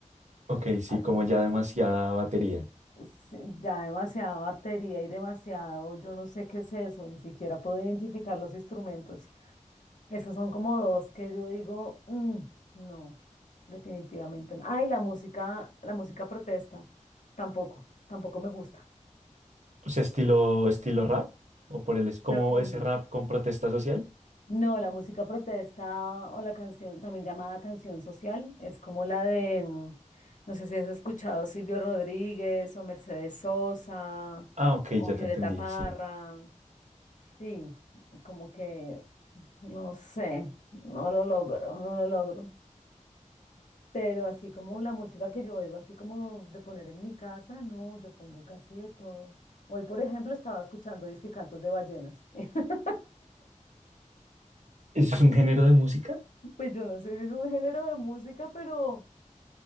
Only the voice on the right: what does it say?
Ok,
sí,
como ya
demasiada batería.
O sea, estilo, estilo rap o por el, es como
ese rap con protesta social.
Ah, ok,
ya
te entendí,
sí.
¿Eso es un género de música?